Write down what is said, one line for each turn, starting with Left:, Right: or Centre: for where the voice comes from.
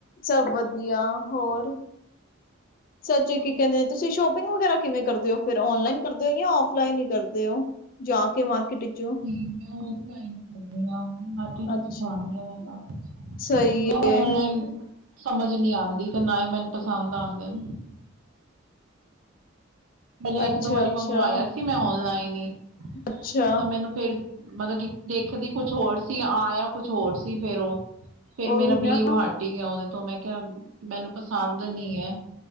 Left: ਸਭ ਵਧੀਆ ਹੋਰ ਸੱਚ ਕੀ ਕਹਿੰਦੇ ਤੁਸੀਂ ਸ਼ੋਪਿੰਗ ਵਗੈਰਾ ਕਿਵੇਂ ਕਰਦੇ ਹੋ ਫੇਿਰ ਔਨਲਾਈਨ ਕਰਦੇ ਹੋ ਜਾਂ ਫਲਾਈਨ ਹੀ ਕਰਦੇ ਹੋ ਜਾ ਕੇ ਮਾਰਕਟ ਵਿੱਚੋਂ
Right: ਮੈਂ ਔਫਲਈਨ ਹੀ ਕਰਦੀ ਆ ਮਾਰਕੀਟ ਵਿੱਚ
Left: ਅੱਛਾ
Right: ਹੀ ਜਾਣਦੀ ਆ ਮੈਂ ਤਾਂ
Left: ਸਹੀ
Right: ਮੈਨੂੰ
Left: ਹੈ
Right: ਔਨਲਾਈਨ ਸਮਝ ਨੀ ਆਉਂਦੀ ਤੇ ਨਾ ਹੀ ਮੈਨੂੰ ਪਸੰਦ ਆਉਂਦੇ ਨੇ ਪਹਿਲਾਂ ਇੱਕ
Left: ਅੱਛਾ
Right: ਦੋ ਵਾਰੀ
Left: ਅੱਛਾ
Right: ਮੰਗਵਾਇਆ ਸੀ ਮੈਂ ਓਨਲਾਈਨ ਹੀ
Left: ਅੱਛਾ
Right: ਤਾਂ ਮੈਨੂੰ ਫਰ ਮਤਲਬ ਕਿ ਦੇਖਦੀ ਕੁਛ ਹੋਰ ਸੀ ਆ ਜਾਂ ਕੁਛ ਹੋਰ ਸੀ ਫੇਿਰ ਉਹ ਫੇਿਰ
Left: ਉਹੀ
Right: ਮੇਰਾ ਬਲੀਵ
Left: ਨਾ
Right: ਹਟ ਹੀ ਗਿਆ ਉਹਦੇ ਤੋਂ ਮੈਂ ਕਿਹਾ ਮੈਨੂੰ ਪਸੰਦ ਨੀ ਹੈ